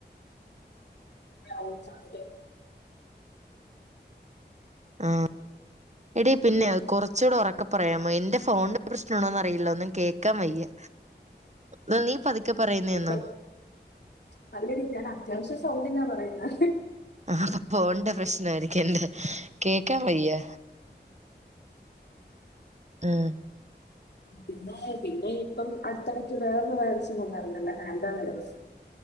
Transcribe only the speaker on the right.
ആ എടി പിന്നെ കുറച്ചൂടെ ഉറക്കെ പറയാമോ എന്റെ ഫോണ എ പ്രശ്നുണോന്ന് അറിയില്ല ഒന്നും കേക്കാൻ വയ്യ എന്നാ നീ പതുക്കെ പറയുന്നേന്നോ
ആ അപ്പ പോണ് ണ്ട പ്രശ്ന ആരിക്കല്ലേ കേക്കാ വയ്യ ഉം